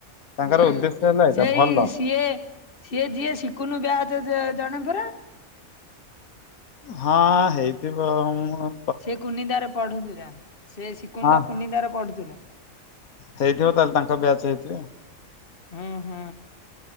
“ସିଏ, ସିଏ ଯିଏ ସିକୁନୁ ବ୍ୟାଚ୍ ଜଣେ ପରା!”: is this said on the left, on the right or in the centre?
Left